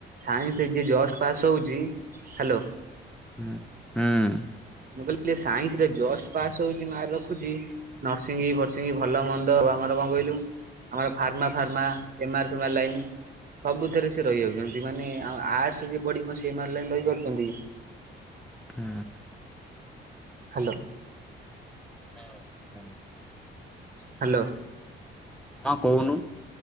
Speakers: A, on the right; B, in the centre.
A: ସାଇନ୍ସରେ ଯିଏ ଜଷ୍ଟ ପାସ୍ ହୋଉଚି ହାଲୋ।
B: ହୁଁ ହୁଁ।
A: ମୁଁ କହିଲି <unintelligible> ସାଇନ୍ସ ରେ ଜଷ୍ଟ ପାସ୍ ହୋଉଚି ମାର୍ ରଖୁଚି ନର୍ସିଙ୍ଗି ଫର୍ସିଙ୍ଗି ଭଲ ମନ୍ଦ ଆଉ ଆମର କଁ କହିଲୁ। ଆମର ଫାର୍ମା ଫାର୍ମା ଏମାର ଫେମାର ଲାଇନ୍। ସବୁଥେରେ ସିଏ ରହିଯାଉଚନ୍ତି ମାନେ ଆଉ ଆର୍ଟ ଯିଏ ପଢିକି କଣ ସିଏ ଏମାର୍ ରହିପାରୁଚନ୍ତି କି।
B: ହୁଁ।
A: ହ୍ୟାଲୋ।
B: ହଁ କୁମ୍
A: ହ୍ୟାଲୋ।
B: ହଁ କହୁନୁ।